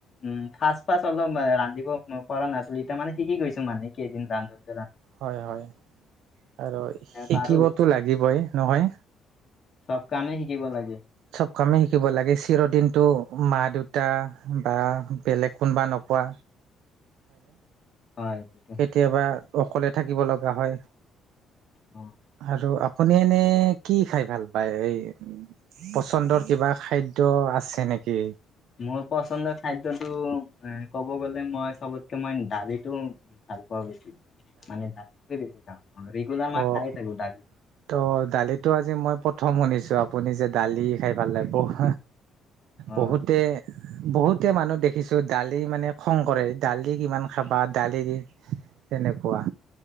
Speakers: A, on the left (about 30°); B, on the right (about 80°).
A: উম ফাস্ট ফাস্ট অলপ ৰান্ধিব পৰা নাছিলো। মানে শিকি গৈছো মানে এইকেইদিন ৰান্ধি।
B: হয়, হয়, আৰু
A: এতিয়া
B: শিকিবতো
A: পাৰো,
B: লাগিবই নহয়।
A: চব কামেই শিকিব লাগে।
B: চব কামেই শিকিব লাগে চিৰদিনটো মা দেউতা বা বেলেগ কোনোবা নো- পোৱা।
A: হয়।
B: কেতিয়াবা
A: হয়।
B: অকলে থাকিব লগা হয়।
A: অ'।
B: আৰু আপুনি এনে কি খাই ভাল পায় এই পচন্দৰ কিবা খাদ্য আছে নে? নেকি
A: মোৰ পচন্দৰ খাদ্যটো এ ক'ব গলে মই চবতকে মই দালিটো ভাল পাও বেছি মানে দালি বেছি খাওঁ। ৰেগুলাৰ মই
B: অ',
A: খায়ে থাকো দালি।
B: তো' দালিটো আজি মই প প্ৰথম শুনিছো আপুনি যে দালি খাই ভাল লাগে বহু
A: অ'।
B: বহুতে বহুতে মানুহ দেখিছো দালি মানে খং কৰে দালি কিমান খাবা দালি দি। তেনেকুৱা।